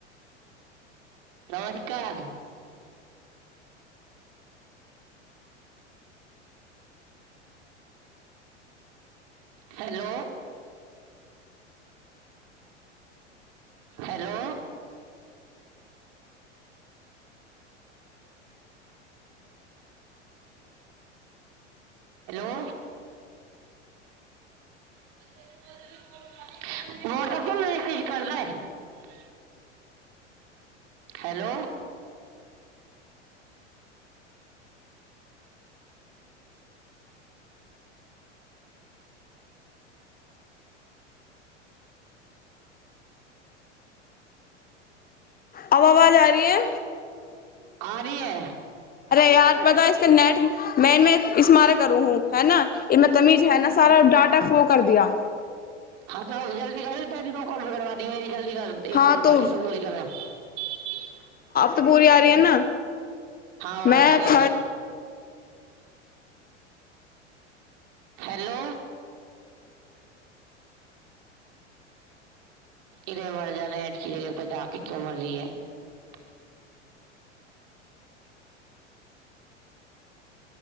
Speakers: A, on the right; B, on the left.
A: नमस्कार हेलो हेलो <unintelligible> <unintelligible> हेलो
B: अब आवाज आ री है
A: आ रही है
B: यार पता इस नेट मैन इ्मार करू हू है न इमे तमीज है न सारा ाटा फ्लो कर दिया
A: हँ त जल्ी करी तैन दो <unintelligible> कल करबादी मेरी <unintelligible> जल्दी कर एक
B: हाँ
A: कॉल
B: तो
A: करस जल्ी करह <unintelligible>
B: त पूरी आ रहि ह न
A: आवाज
B: मैथ
A: आ रही है अब। हेलो इधे मर जान ठ की जगह परर जा क क्यो मरी है <unintelligible>